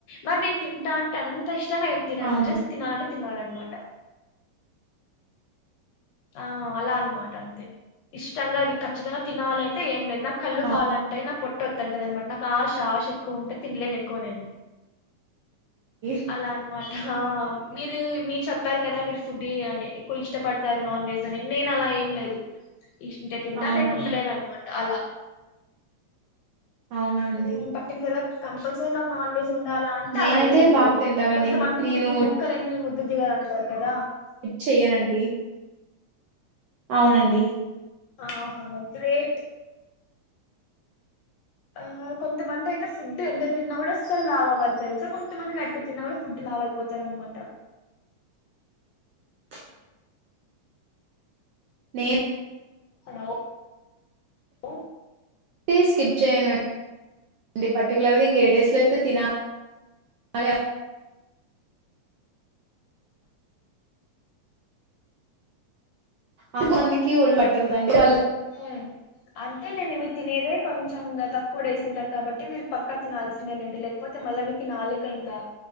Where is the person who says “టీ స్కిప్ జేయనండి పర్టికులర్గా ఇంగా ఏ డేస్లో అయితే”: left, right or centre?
Right